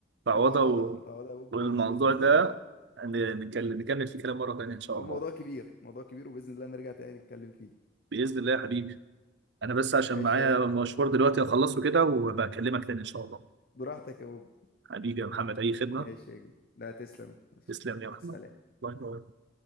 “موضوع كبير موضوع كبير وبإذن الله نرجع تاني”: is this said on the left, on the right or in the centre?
Left